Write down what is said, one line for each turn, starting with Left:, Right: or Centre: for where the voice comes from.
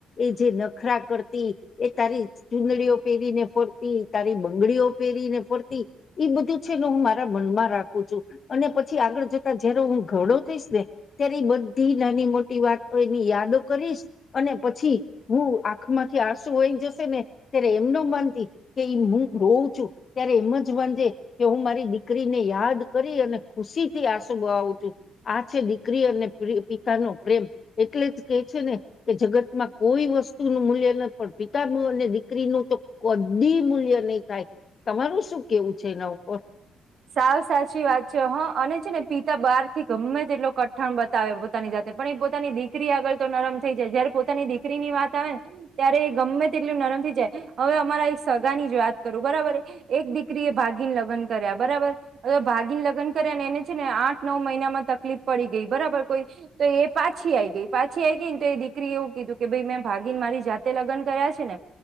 Left: એ જે નખરા કરતી એ તારી ચુંદડીઓ પહેરીને ફરતી તારી બંગડીઓ પેરીને ફરતી એ બધું છે ને હું મારા મનમાં રાખું છું અને પછી આગળ જતા જયારે હું ઘરડો થઈશ ને ત્યારે બધી નાની મોટી વાત એની યાદો કરીશ અને પછી હું આંખ માંથી આસુ હોઈ જશે ને ત્યારે એમનો માનતી કે હું રોવં છું ત્યારે એમ જ વાંજે કે હું મારી દીકરીને યાદ કરી અને ખુશી થી આંસુ બળાવું તુ આ છે દીકરી અને પિતા નો પ્રેમ એટલે જ કે છે ને કે જગતમાં કોઈ વસ્તુ નું મૂલ્ય નથી પણ પિતા અને દીકરીનું તો કદી મૂલ્ય નહી થાય તમારું શું કેવું છે એના ઉપર.
Right: સાવ સાચી વાત છે હા અને છે ને પિતા બહાર થી ગમે તે એટલો કઠણ બતાવે પોતાની જાતે પણ એ પોતાની દીકરી આગળ તો નરમ થઈ જાય જયારે પોતાની દીકરી ની વાત આવે ને ત્યારે એ ગમે તે એટલું નરમ થઈ જાય હવે અમારા એક સગાની જ વાત કરું બરાબર એક દીકરી એ ભાગીને લગન કર્યા. બરાબર હવે ભાગીન લગન કર્યા ને એને છે ને આઠ નવ મહિનામાં તકલીફ પડી ગઈ બરાબર કોઈ તો એ પાછી આઈ ગઈ પાછી આ ગઈ ને તો એ દીકરી એવું કીધું કે ભાઈ મેં ભાગીન મારી જાતે લગન કર્યા છે ને